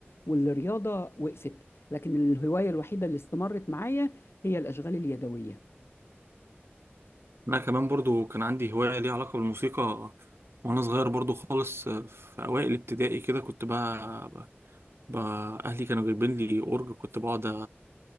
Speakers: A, on the left (about 70°); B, on the right (about 70°).
A: والرياضة وقفت لكن الهواية الوحيدة اللي استمرت معايا هي الأشغال اليدوية
B: أنا كمان برضو كان عندي هواية ليها علاقة بالموسيقى وأنا صغير برضو خالص آه، في أوائل ابتدائي كده كنت بقى, بقى أهلي كانوا جايبين لي أورج كنت بقعد